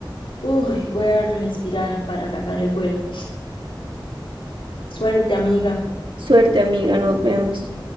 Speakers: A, on the left; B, on the right.
A: Uy, voy a respirar para agarrar el vuelo. Suerte, amiga.
B: Suerte, amiga, nos vemos.